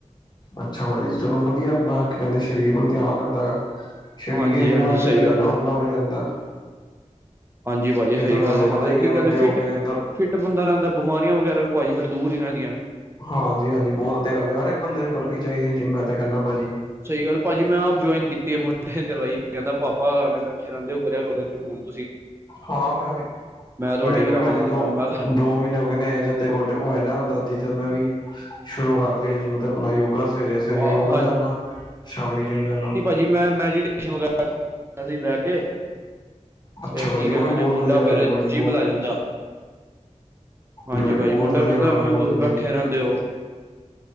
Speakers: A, on the left; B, on the right.
A: ਅੱਛਾ ਭਾਜੀ, ਚਲੋ ਵਧੀਆ ਅਪਨਾ ਕਹਿੰਦੇ ਸ਼ਰੀਰ ਵੱਲ ਧਿਆਨ ਰੱਖਦਾ। ਸਰੀਰ
B: ਹਾਂਜੀ
A: ਜਿੰਨਾ
B: ਹਾਂਜੀ
A: ਵਧੀਆ
B: ਸਹੀ
A: ਰਹੇ
B: ਗੱਲ
A: ਨਾ, ਓਨਾ
B: ਹੈ
A: ਵਧੀਆ ਹੁੰਦਾ।
B: ਹਾਂਜੀ ਭਾਜੀ ਸਹੀ
A: ਤੁਹਾਨੂੰ
B: ਗੱਲ ਏ,
A: ਪਤਾ
B: ਨਾਲੇ
A: ਹੀ
B: ਕੀ
A: ਹੈ ਵੱਡੇ
B: ਕਹਿੰਦੇ
A: ਹੋ
B: ਫਿੱਟ,
A: ਕੇ ਏਦਾਂ
B: ਫਿੱਟ ਬੰਦਾ ਰਹਿੰਦਾ, ਬਿਮਾਰੀਆਂ ਵਗੈਰਾ ਵੀ ਭਾਜੀ ਫਿਰ ਦੂਰ ਹੀ ਰਹਿੰਦੀਆ।
A: ਹਾਂਜੀ-ਹਾਂਜੀ ਬਹੁਤ ਵਧੀਆ ਗੱਲ ਐ, ਹਰ ਇੱਕ ਬੰਦੇ ਨੂੰ ਕਰਨੀ ਚਾਹੀਦੀ ਏ ਜਿੰਮ, ਮੈਂ ਤਾਂ ਕਹਿੰਨਾ ਭਾਜੀ।
B: ਸਹੀ ਗੱਲ ਆ ਭਾਜੀ, ਮੈਂ ਆਪ ਜੁੌਇਨ ਕੀਤੀ ਏ, ਮੁੰਡੇ ਨੇ ਕਰਵਾਈ, ਕਹਿੰਦਾ ਪਾਪਾ ਐਂਵੇ ਬੈਠੇ ਰਹਿੰਦੇ ਓ, ਕਰਿਆ ਕਰੋ ਜੁਨ।
A: ਹਾਂ ਮੈਂ ਵੀ,
B: ਮੈਂ ਤੁਹਾਡੀ
A: ਮੈਨੂੰ
B: ਕਰਾਵਾਂਗਾ
A: ਵੀ ਭਾਜੀ ਦੋ,
B: ਕੰਮ ਮੈਂ ਕਿਹਾ
A: ਦੋ ਮ੍ਹੀਨੇ ਹੋ ਗਏ ਨੇ, ਜਦੋਂ ਦੇ ਗੋਡੇ ਪਵਾਏ ਨਾ, ਤਦ ਦੀ ਤਾ ਮੈਂ ਵੀ, ਸ਼ੁਰੂ ਕਰ ਲੀਏ ਜਿੰਮ ਤਾ ਆਪਣਾ ਯੋਗਾ ਸਵੇਰੇ- ਸਵੇਰੇ
B: ਆ,
A: ਯੋਗਾ ਜਾਂਨਾ, ਸ਼ਾਮੀ ਜਿੰਮ ਜਾਨਾ।
B: ਜੀ ਮੈਂ, ਮੈਡੀਟੇਸ਼ਨ ਵਗੈਰਾ ਅਸੀਂ ਬਹਿਕੇ,
A: ਅੱਛਾ
B: ਤੇ
A: ਭਾਜੀ
B: ਕੀ ਕਹਿੰਦੇ
A: ਉਹ ਵੀ ਬਹੁਤ
B: ਨੇ, ਮੁੰਡਾ
A: ਵਧੀਆ ਗੱਲ
B: ਫਿਰ
A: ਹੈ ਭਾਜੀ
B: ਜਿੰਮ
A: ਬਹੁਤ
B: ਲੈ ਜਾਂਦਾ। ਹਾਂਜੀ
A: ਜੀ ਭਾਜੀ ਬਹੁਤ
B: ਮੁੰਡਾ
A: ਵਧੀਆ
B: ਕਹਿੰਦਾ
A: ਗੱਲ
B: ਐਵੇਂ
A: ਆ, ਬਹੁਤ
B: ਤੁਸੀਂ
A: ਵਧੀਆ।
B: ਬੈਠੇ ਰਹਿੰਦੇ ਹੋ